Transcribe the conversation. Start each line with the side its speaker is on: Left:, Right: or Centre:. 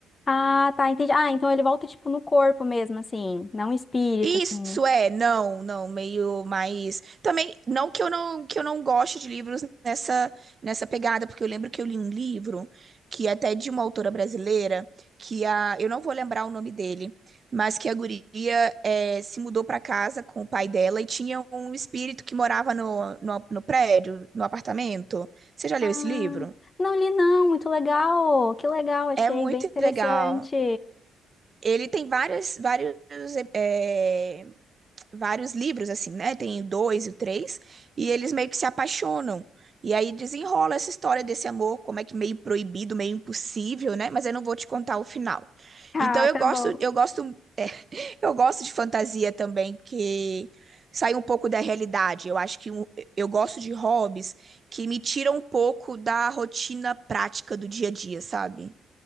Left: Ah, tá, entendi. Ah, então ele volta, tipo, no corpo mesmo, assim, não um espírito,
Right: Isso
Left: assim.
Right: é, não, não, meio mais. Também, não que eu não que eu não goste de livros nessa nessa pegada, porque eu lembro que eu li um livro que é até de uma autora brasileira, que a eu não vou lembrar o nome dele, mas que a guria é, se mudou para casa com o pai dela e tinha um espírito que morava no, no, no prédio, no apartamento. Você já leu
Left: Ah,
Right: esse livro?
Left: não li não, muito legal, que legal, achei
Right: É muito
Left: bem interessante.
Right: legal. Ele tem vários vários é, vários livros, assim, né? Tem o dois e o três, e eles meio que se apaixonam. E aí desenrola essa história desse amor, como é que meio proibido, meio impossível, né? Mas eu não vou te contar o final.
Left: Ah,
Right: Então eu
Left: tá
Right: gosto,
Left: bom.
Right: eu gosto, eu gosto de fantasia também, que sai um pouco da realidade. Eu acho que um- eu gosto de hobbies que me tiram um pouco da rotina prática do dia a dia, sabe?